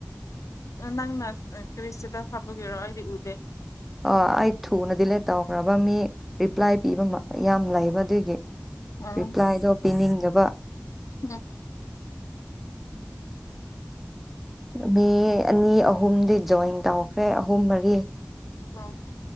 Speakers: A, on the left; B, in the centre.
A: ꯅꯪꯅ ꯀꯔꯤꯁꯤꯗ ꯍꯥꯞꯄꯒꯤꯔꯣ ꯑꯩꯗꯤ ꯎꯗꯦ
B: ꯑ ꯑꯩ ꯊꯨꯅ ꯗꯤꯂꯤꯠ ꯇꯧ ꯐꯕ ꯃꯤ ꯔꯤꯄ꯭ꯂꯥꯏ ꯄꯤꯕ ꯌꯥꯝ ꯂꯩꯕ ꯑꯗꯨꯒꯤ
A: ꯎꯝ
B: ꯔꯤꯄ꯭ꯂꯥꯏꯗꯣ ꯄꯤꯅꯤꯡꯗꯕ
A: ꯎꯝ
B: ꯃꯤ ꯑꯅꯤ ꯑꯍꯨꯝꯗꯤ ꯖꯣꯏꯟ ꯇꯧꯈ꯭ꯔꯦ ꯑꯍꯨꯝ ꯃꯔꯤ
A: ꯑ